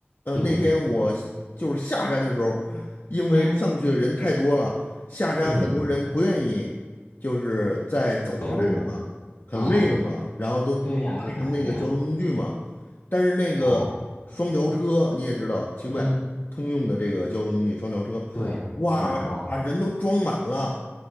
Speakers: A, on the left; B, on the left.
A: 对，
B: 呃那天我就是下山的时候，因为上去的人太多了，
A: 嗯
B: 下山很多人不愿意，
A: 嗯，
B: 就是再走下来了嘛，
A: 走路，
B: 很累了嘛，
A: 哦，
B: 然后都搭乘那个交通工具嘛。
A: 对呀对呀对呀，
B: 但是那个双条车你也知道，
A: 哦，
B: 清迈通用的这个交通工具双条车，
A: 嗯，对，
B: 哇，
A: 满了，
B: 把人都装满了。